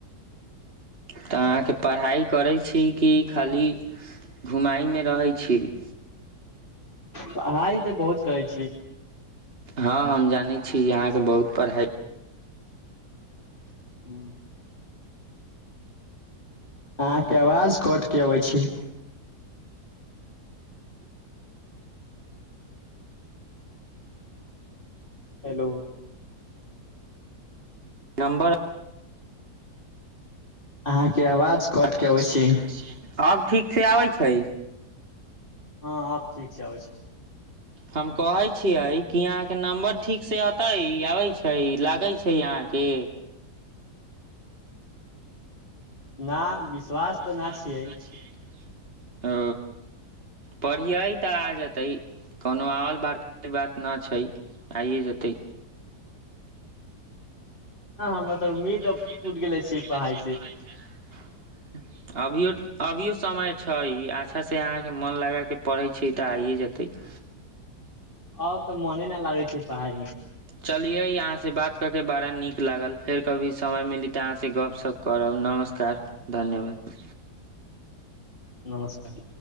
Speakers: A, on the right; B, on the left.
A: तऽ अहाँके पढ़ाइ करै छियै कि खाली घुमाइमे रहै छियै
B: पढ़ाई तऽ बहुत करै छियै
A: हँ हम जानै छियै अहाँके बहुत पढ़ाइ
B: <unintelligible> अहाँके आवाज कट के अबै छै हेलो
A: नम्बर
B: अहाँके आवाज कट
A: अबाज
B: के अबै छी
A: कट केआबैय छै आब ठीक से आबै छै
B: हँ आब ठीक से आवै छै
A: हम कहै छियै कि अहाँके नम्बर ठीक से अतै आबै छै लागै छै अहाँ के
B: ना विश्वास तऽ
A: <unintelligible>
B: न छियै
A: ओ पढ़ियैय तऽ आ जेतै कोनो और बार बात न छै आइए जेतै
B: हमरा
A: ह
B: तऽ उम्मीद
A: मतलब
B: टूट
A: अभी तऽ छूट गेले
B: पढ़ाइ
A: छी
B: से
A: पढ़ाई से अभियो अभियो समय छै अच्छासँ अहाँके मोन लगा के पढ़ै छै तऽ आइए जेतै <inaudible>
B: आब तऽ मोने न लागै छै पढ़ाई मे
A: चलियै अहाँ से बात कऽ के बड़ा नीक लागल फेर कभी समय मिली तऽ अहाँसे गपशप करब नमस्कार धन्यवाद
B: नमस्कार